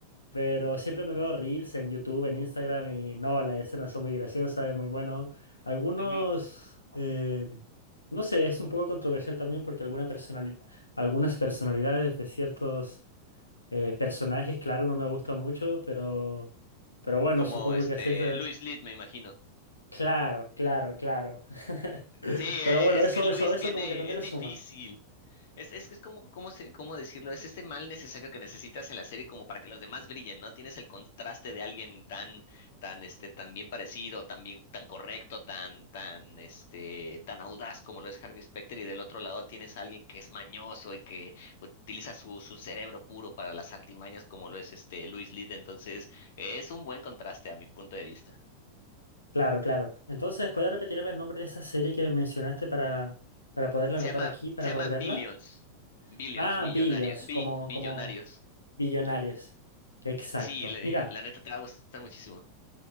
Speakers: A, on the left; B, on the left.
A: Pero siempre me veo reels en YouTube, en Instagram y no, las escenas son muy graciosas, es muy bueno. Algunos,
B: Ujú.
A: eh, no sé, es un poco controversial también porque alguna personali- algunas personalidades de ciertos eh, personajes, claro, no me gustan mucho, pero, pero bueno,
B: Como
A: supongo
B: este
A: que así es. eh,
B: Louis Litt, me imagino.
A: Claro, claro, claro. <laughs>
B: Sí, e-
A: Pero bueno,
B: e- es
A: eso,
B: que Luis
A: eso, eso
B: tiene,
A: como que también
B: es
A: le
B: difícil.
A: suma.
B: Es, es que es como, ¿cómo se, cómo decirlo? Es este mal necesario que necesitas en la serie como para que los demás brillen, ¿no? Tienes el contraste de alguien tan, tan, este, tan bien parecido, tan bien, tan correcto, tan, tan, este, tan audaz como lo es Harvey Specter, y del otro lado tienes a alguien que es mañoso y que utiliza su, su cerebro puro para las artimañas como lo es este Luis Lid. Entonces, es un buen contraste a mi punto de vista.
A: Claro, claro. Entonces, ¿puedes repetirme el nombre de esa serie que me mencionaste para, para poderla
B: Se
A: anotar
B: llama,
A: aquí, para
B: se llama
A: poder
B: Billions.
A: verla?
B: Billions,
A: Ah,
B: millonario,
A: billions,
B: bi-
A: como,
B: billonarios.
A: como billonarios. Exacto.
B: Sí, le-
A: Mira,
B: la neta te va a gustar muchísimo.